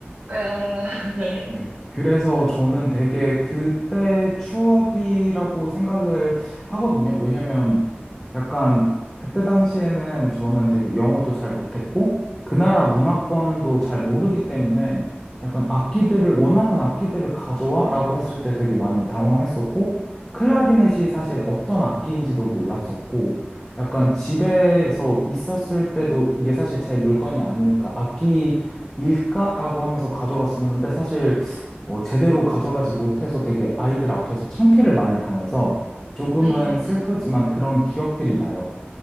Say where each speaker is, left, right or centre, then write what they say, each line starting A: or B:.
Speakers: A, on the right (about 40°); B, in the centre.
A: 아, <laughs> 네,
B: 네. 그래서 저는 되게 그때 추억이라고 생각을 하거든요. 왜냐면 약간 그때 당시에는 저는 되게 영어도 잘 못했고 그 나라 문화권도 잘 모르기 때문에 약간 악기들을 원하는 악기들을 가져와라고 했을 때 되게 많이 당황했었고 클라리넷이 사실 어떤 악기인지도 몰랐었고 약간 집에서 있었을 때도 이게 사실 제 물건이 아니니까 악기 일까라고 하면서 가져갔었는데 사실 어, 제대로 가져가지 못해서 되게 아이들 앞에서 창피를 많이 당해서 조금은
A: 음,
B: 슬프지만 그런 기억들이 나요.